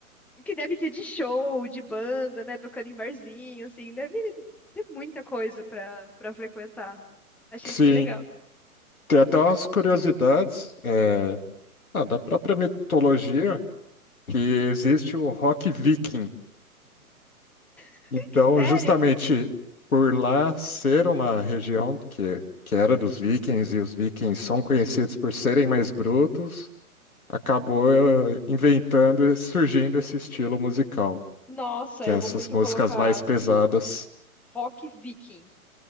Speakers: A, in the centre; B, on the left.
A: que deve ter de show, de banda, né? Tocando em barzinho, assim, deve ter muita coisa pra, pra frequentar. Achei
B: sim.
A: super legal.
B: Tem até umas curiosidades é, ah, da própria mitologia que existe o rock viking.
A: <laughs>
B: Então,
A: Que sério?
B: justamente por lá ser uma região que, que era dos vikings, e os vikings são conhecidos por serem mais brutos, acabou eh, inventando e surgindo esse estilo musical,
A: Nossa,
B: que
A: eu
B: é essas
A: vou muito
B: músicas
A: colocar
B: mais pesadas.
A: rock viking.